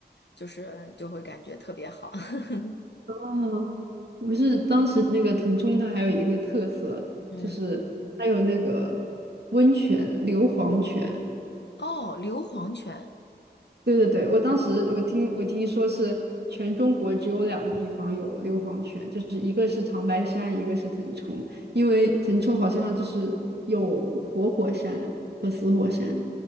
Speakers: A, on the left (about 75°); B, on the right (about 65°).
A: 就是就会感觉特别好。<laughs>
B: 哦，不是当时那个腾冲，它还有一个特色就是它有那个温泉硫磺泉。
A: 嗯，哦，硫磺泉。
B: 对对对，我当时我听我听说是全中国只有两个地方有硫磺泉，就是一个是长白山，一个是腾冲，因为腾冲好像就是有活火山和死火山，